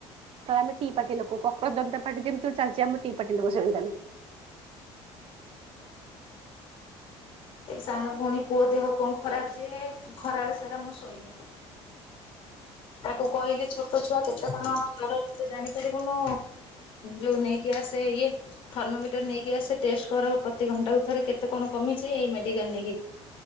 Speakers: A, on the right; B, on the left.
A: ତାହେଲେ ଆମେ ଟି ପାର୍ଟି ଲୋକ କୋକୋରଜ ଜନତା ପାର୍ଟି ଯେମତି ଚାଲିଛି ଆମ ଟି ପାର୍ଟି ଲୋକ ସେମିତି ତାହେଲେ।
B: ଏବେ ସାନ ଭଉଣୀବପୁଣି ପୁଅ ଦେହ କଣ ଖରାପ ଯେ ଖରାବେଳ ସାରା ମୁଁ ଶୋଇନି। ତାକୁ କହିଲେ ଛୋଟ ଛୁଆ କେତେ କଣ ଜର ତତେ ଜାଣିପାରିବୁନୁ ଯୋଉ ନେଇକି ଆସେ ଇଏ ଥର୍ମୋମିଟର ନେଇକି ଆସେ ଟେଷ୍ଟ କର ପ୍ରତି କୁ ଘଣ୍ଟାଥରେ କେତେ କଣ କମଛି ଏଇ ମେଡିକାଲ ନେଇକି।